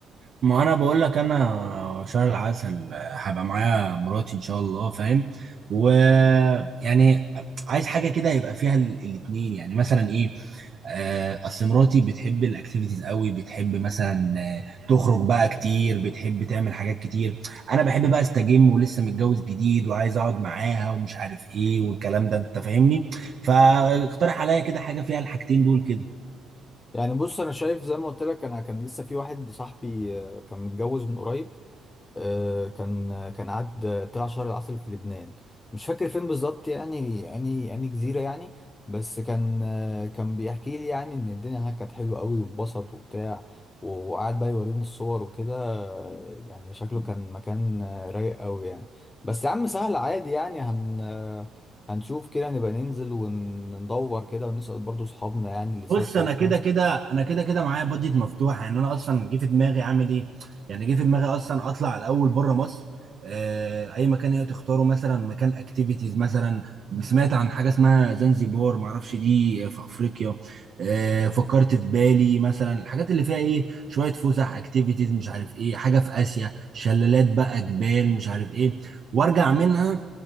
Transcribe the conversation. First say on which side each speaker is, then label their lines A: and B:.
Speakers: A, on the right; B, on the left.
A: ما انا بقول لك انا شهر العسل آه، هبقى معايا مراتي ان شاء الله فاهم ويعني عايز حاجه كده يبقى فيها ال- الاتنين يعني مثلا ايه آه، اصل مراتي بتحب الاكتيفيتيز قوي بتحب مثلا آه، تخرج بقى كتير بتحب تعمل حاجات كتير انا بحب بقى استجم ولسه متجوز جديد وعايز اقعد معاها ومش عارف ايه والكلام ده انت فاهمني فاقترح عليا كده حاجه فيها الحاجتين دول كده
B: يعني بص انا شايف زي ما قلت لك انا كان لسه في واحد صاحبي آه، كان متجوز من قريب آه، كان كان قعد آه، طلع شهر العسل في لبنان مش فاكر فين بالظبط يعني يعني يعني جزيرة يعني بس كان آه، كان بيحكي لي يعني ان الدنيا هناك كانت حلوة قوي واتبسط وبتاع و- وقعد بقى يوريني الصور وكده آه، يعني شكله كان مكان آه، رايق قوي يعني بس يا عم سهل عادي يعني هن آه، هنشوف كده نبقى ننزل وندور كده ونسأل برضو صحابنا يعني اللي سافروا
A: بص انا
B: وبتاع
A: كده كده انا كده كده معايا بادجت مفتوحه يعني انا اصلا جه في دماغي اعمل ايه يعني جه في دماغي اصلا اطلع الاول بره مصر آه، اي مكان هي تختاره مثلا مكان اكتيفيتيز مثلا سمعت عن حاجه اسمها زنزبار معرفش دي في افريقيا آه، فكرت في بالي مثلا الحاجات اللي فيها ايه شويه فسح اكتيفيتيز مش عارف ايه حاجه في اسيا شلالات بقى جبال مش عارف ايه وارجع منها